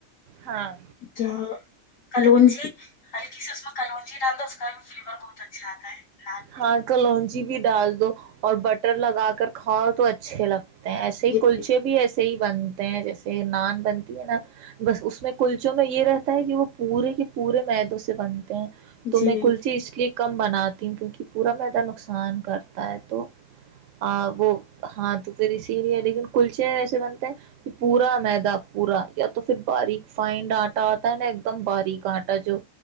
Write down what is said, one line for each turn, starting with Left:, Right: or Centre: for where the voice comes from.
Right: ہاں
Left: ج <inaudible> کلونجی ہلکی سے اس میں کلونجی ڈال دو اس کا بھی فلیور بہت اچھا آتا ہے نان
Right: ہاں کلو بھی ڈال دو اور بٹر لگا کر کھاؤ تو اچھے لگتے ایسے ہی
Left: جی
Right: کلچے بھی ایسے ی ہی بنتے ہیں جیسے پ نان بنتی ہے نا بس اس میں کلچوں میں یہ رہ کہ وہ پورے کے پورے میدوں سے بن ہیں تو
Left: جی جی
Right: میں کلسیی اس لیے کم بناتی ہ کیونکہ کہ پورا میدہ نقصان کرتا ہے تو آ وہ ہاں تو پھر اسی لیے لیکن کلچے ایسے بنتے ہیں کہ پورا میدا پورا یا تو پھر باریک فائنڈ آٹا آتا ہے نا ایک دم باریک کٹا جو